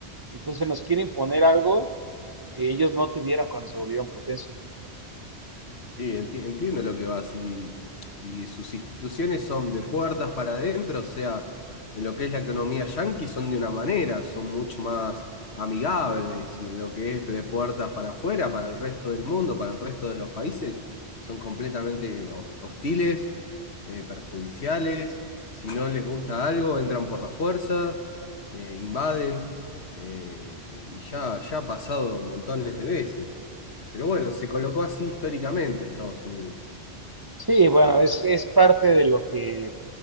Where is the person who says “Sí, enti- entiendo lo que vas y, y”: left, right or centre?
Left